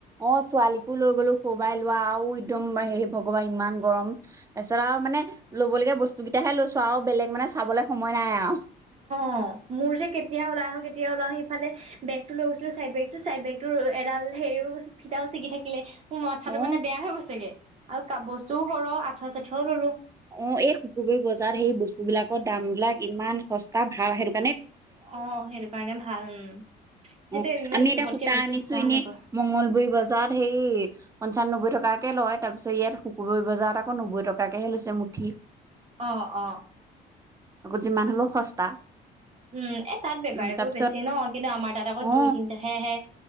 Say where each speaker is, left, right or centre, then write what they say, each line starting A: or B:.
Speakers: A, on the right; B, on the right.
A: অহ ছোৱালীকো লৈ গলো সৰু পৰাইলোৱা আৰু একদম হে ভগৱান ইমান গৰম তাৰপিছত আৰু মানে ল'ব লগীয়া বস্তু তেতিয়াহে লৈছো আৰু বেলেগ মানে চাবলৈ সময় নাই আৰু
B: অহ মোৰ যে কেতিয়া ওলাই আহো কেতিয়া আহো আহো ইফালে বেগটো লৈ গৈছিলে চাইদ বেগটো চাইদ বেগটো এডাল হেও ফিতাও ছিগি থাকিলে মোৰ মাথাটো
A: অ
B: মানে বেয়া হৈ গৈছেগে আৰু কাপ বস্তু সৰু আঠুৱা চাঠুৱাও ললো
A: অহ এই শুক্ৰবাৰে বজাৰত সেই বস্তু বিলাকৰ দাম বিলাক ইমান সস্তা ভাল হে
B: অহ সেইটো কাৰণে ভাল সেইটো
A: অহ
B: ইমান
A: আমি
B: জোখতকে
A: এতিয়া সূতা
B: বেছি
A: আনিছো
B: দাম
A: এনেই
B: নকয়
A: মংগলবৈ বজাৰত সেই পঞ্চান নবৈ টকাত তাকে লয় তাৰপিছত ইয়াত শুকুৰবৰি বজাৰত আক নবৈ টকাকেহে লৈছে মুঠি
B: অহ অহ
A: আকৌ যিমান হ'লেও সস্তা
B: উম এ তাত বেপাৰীবোৰ
A: উম তাৰপিছত
B: বেছি ন কিন্তু আমাৰ তাত আকৌ
A: অ
B: দুই তিনিটাহে আহে